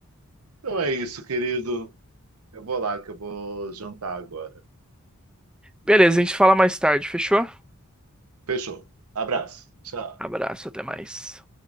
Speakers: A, on the right; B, in the centre.
A: Então é isso, querido. Eu vou lá, que eu vou jantar agora.
B: Beleza, a gente fala mais tarde, fechou?
A: Fechou. Abraço. Tchau.
B: Abraço, até mais.